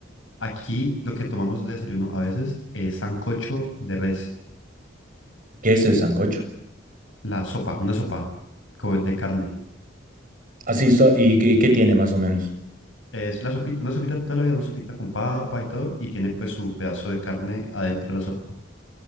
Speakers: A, on the left (about 80°); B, on the right (about 45°).
A: Aquí lo que tomamos de desayuno a veces es sancocho de res,
B: queso de sancocho.
A: la sopa, una sopa como de carne.
B: Así, so- y, qué qué tiene más o menos?
A: Es la sopita, una sopita toda la vida, una sopita con papa y todo, y tiene pues su pedazo de carne adentro de la sopa.